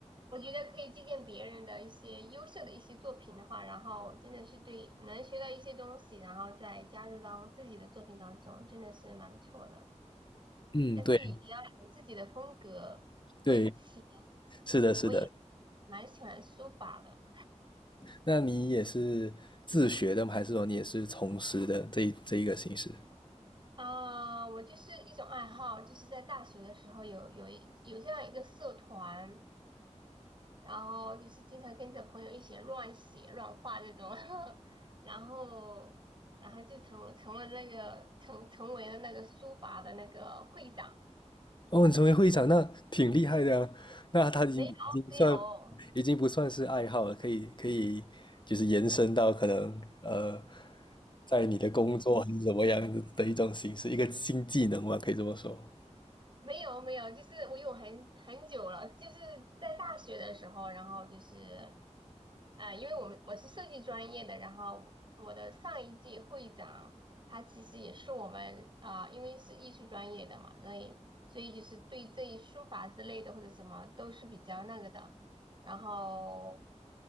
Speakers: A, on the right; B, on the left.
A: 我觉得可以借鉴别人的一些优秀的一些作品的话，然后真的是对能学到一些东西，然后再加入到自己的作品当中，真的是蛮不错的。
B: 嗯，
A: 但是也要有自己的风格。
B: 对
A: 我以前
B: 对，是的，是的。
A: 我也蛮喜欢书法的。
B: 那你也是自学的吗？还是说你也是从师的这一这一个形式？
A: 啊、我就是一种爱好，就是在大学的时候有有一有这样一个社团，然后就是经常跟着朋友一起乱写乱画这种，<laughs> 然后然后就成成了那个成成为了那个书法的那个会长，
B: 哦，你成为会长，那挺厉害的啊。那他已经已经算，
A: 没有没有。
B: 已经不算是爱好了，可以可以，就是延伸到可能呃，在你的工作还是怎么样的的一种形式，一个新技能吧，可以这么说。
A: 没有没有，就是我有很很久了，就是在大学的时候，然后就是，呃，因为我们我是设计专业的，然后我我的上一届会长他其实也是我们啊、因为是艺术专业的嘛，所以所以就是对这一书法之类的或者什么都是比较那个的，然后